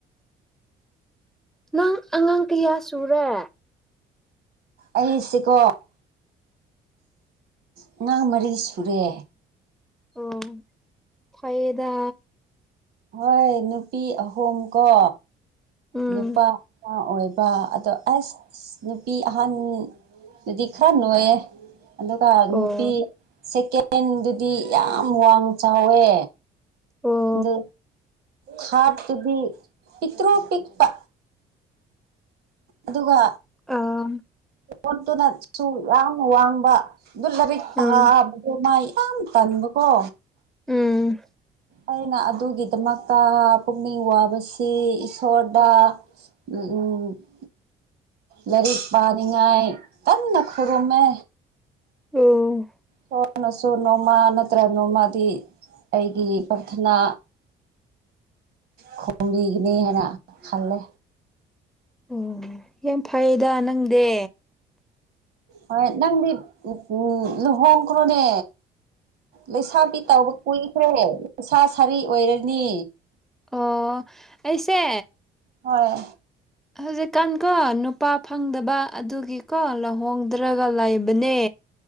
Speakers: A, in the centre; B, on the right.
A: ꯅꯪ ꯑꯉꯥꯡ ꯀꯌꯥ ꯁꯨꯔꯦ
B: ꯑꯩꯁꯤꯀꯣ ꯑꯉꯥꯡ ꯃꯔꯤ ꯁꯨꯔꯦ
A: ꯑꯣ ꯐꯩꯌꯦꯗ
B: ꯍꯣꯏ ꯅꯨꯄꯤ ꯑꯍꯣꯨꯝꯀꯣ
A: ꯎꯝ
B: ꯅꯨꯄꯥ ꯄꯥ ꯑꯣꯏꯕ ꯑꯗꯣ ꯑꯁ ꯑꯁ ꯅꯨꯄꯤ ꯑꯍꯟ ꯗꯨꯗꯤ ꯈꯔꯥ ꯅꯣꯏꯌꯦ ꯑꯗꯨꯒ
A: ꯑꯣ
B: ꯅꯨꯄꯤ ꯁꯦꯀꯦꯟꯗꯨꯗꯤ ꯌꯥꯝ ꯋꯥꯡ ꯆꯥꯎꯋꯦ
A: ꯑꯣ
B: ꯗꯨ ꯊ꯭ꯥꯔ꯭ꯠꯇꯨꯗꯤ ꯄꯤꯛꯇ꯭ꯔꯨ ꯄꯤꯛꯄ ꯑꯗꯨꯒ
A: ꯑ
B: ꯄꯣꯠꯇꯨꯅ ꯁꯨ ꯌꯥꯝꯅ ꯋꯥꯡꯕ ꯑꯗꯨ ꯂꯥꯏꯔꯤꯛ ꯊꯥ
A: ꯎꯝ
B: ꯕ ꯗꯨ ꯃꯥ ꯌꯥꯝ ꯇꯟꯕꯀꯣ
A: ꯎꯝ
B: ꯑꯩꯅ ꯑꯗꯨꯒꯤꯗꯃꯛꯇ ꯄꯨꯛꯅꯤꯡ ꯋꯥꯕꯁꯤ ꯏꯁꯣꯔꯗ <unintelligible> ꯂꯥꯏꯔꯤꯛ ꯄꯥꯅꯤꯡꯉꯥꯏ ꯀꯟꯅ ꯈꯨꯔꯨꯝꯃꯦ
A: ꯎꯝ
B: ꯁꯣꯔꯅꯁꯨ ꯅꯣꯡꯃꯥ ꯅꯠꯇ꯭ꯔ ꯅꯣꯡꯃꯗꯤ ꯑꯩꯒꯤ ꯄꯔꯊꯅꯥ
A: <unintelligible>
B: ꯈꯣꯝ ꯕꯤꯒꯤꯅꯤ ꯍꯥꯏꯅ ꯈꯜꯂꯦ
A: ꯎꯝ ꯌꯥꯝ ꯐꯩꯗ ꯅꯪꯗꯤ
B: ꯍꯣꯏ ꯅꯪꯗꯤ ꯎꯝ ꯂꯨꯍꯣꯡꯈ꯭ꯔꯣꯅꯦ ꯂꯩꯁꯥꯕꯤ ꯇꯧꯕ ꯀꯨꯏꯈ꯭ꯔꯦ ꯂꯩꯁꯥ ꯁꯥꯔꯤ ꯑꯣꯏꯔꯅꯤ
A: ꯑꯣ ꯑꯩꯁꯦ
B: ꯍꯣꯏ
A: ꯍꯧꯖꯤꯛꯀꯥꯟ ꯀꯣ ꯅꯨꯄꯥ ꯐꯪꯗꯕ ꯑꯗꯨꯒꯤ ꯀꯣ ꯂꯣꯍꯣꯡꯗ꯭ꯔꯒ ꯂꯩꯕꯅꯦ